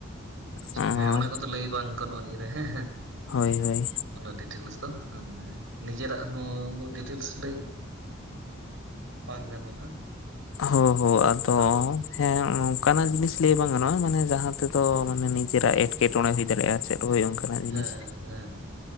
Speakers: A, on the right; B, on the left.
A: ᱟᱪᱪᱷᱟ
B: ᱚ
A: ᱦᱮᱸ ᱚᱱᱟ ᱠᱚᱫᱚ ᱞᱟᱹᱭ ᱵᱟᱝ ᱜᱟᱱᱚᱜᱼᱟ᱾ ᱱᱤᱭᱟᱹ ᱨᱮ ᱦᱮᱸ ᱦᱮᱸ
B: ᱦᱳᱭ ᱦᱳᱭ
A: ᱩᱱᱟᱹᱜ ᱰᱤᱴᱮᱞᱥ ᱫᱚ ᱦᱮ ᱱᱤᱡᱮᱨᱟᱜ ᱦᱚᱸ ᱩᱱᱟᱹᱜ ᱰᱤᱴᱮᱞᱥ ᱞᱟᱹᱭ ᱵᱟᱝ ᱜᱟᱱᱚᱜᱼᱟ᱾
B: ᱦᱳ ᱦᱳ ᱟᱫᱚ
A: ᱦᱮᱸ
B: ᱦᱮᱸ ᱚᱱᱠᱟᱱᱟᱜ ᱡᱤᱱᱤᱥ ᱞᱟᱹᱭ ᱵᱟᱝ ᱜᱟᱱᱚᱜᱼᱟ ᱢᱟᱱᱮ ᱡᱟᱦᱟᱸ ᱛᱮᱫᱚ ᱢᱟᱱᱮ ᱱᱤᱡᱮᱨᱟᱜ ᱮᱴᱠᱮᱴᱚᱬᱮ ᱦᱩᱭ ᱫᱟᱲᱮᱭᱟᱜᱼᱟ᱾ ᱪᱮᱫ ᱦᱳᱭ ᱚᱱᱠᱟᱱᱟᱜ ᱡᱤᱱᱤᱥ
A: ᱦᱮᱸ ᱦᱮᱸ